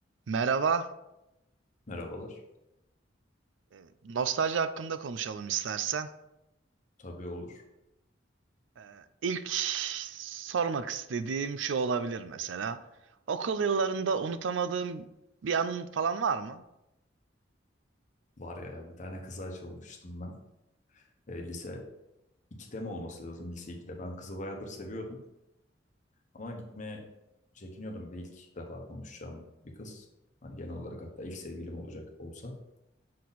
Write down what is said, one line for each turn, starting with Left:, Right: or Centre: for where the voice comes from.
Right: Merhaba.
Left: Merhabalar.
Right: Ee, Nostalji hakkında konuşalım istersen.
Left: Tabii olur.
Right: Ee, İlk sormak istediğim şu olabilir mesela. Okul yıllarında unutamadığım bir anın falan var mı?
Left: Var ya bir tane kıza açılmıştım ben. E, lise 2'de mi olması lazım? Lise 2'de. Ben kızı bayağıdır seviyordum. Ama gitmeye çekiniyordum. Bir de ilk defa konuşacağım bir kız. Hani genel olarak hatta ilk sevgilim olacak olsa.